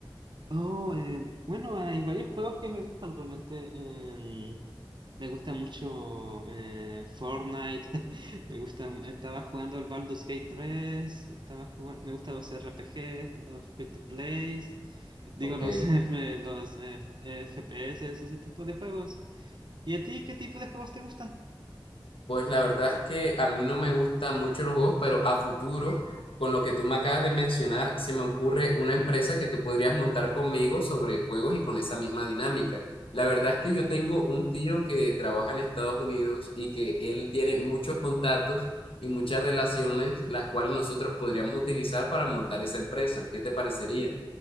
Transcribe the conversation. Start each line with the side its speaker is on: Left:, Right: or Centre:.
Right: Oh, eh, bueno, hay varios juegos que me gustan realmente. em, Me gusta mucho eh, Fortnite. <laughs> Me gusta. Estaba jugando el Baldur's Gate tres Estaba jugando. Me gustan los RPGs, los free to plays. Digo,
Left: Ok.
Right: los, <laughs> F- los eh, F- FPS, ese tipo de juegos. ¿Y a ti qué tipo de juegos te gustan?
Left: Pues la verdad es que a mí no me gustan mucho los juegos, pero a futuro, con lo que tú me acabas de mencionar, se me ocurre una empresa que tú podrías montar conmigo sobre juegos y con esa misma dinámica. La verdad es que yo tengo un tío que trabaja en Estados Unidos y que él tiene muchos contactos y muchas relaciones, las cuales nosotros podríamos utilizar para montar esa empresa. ¿Qué te parecería?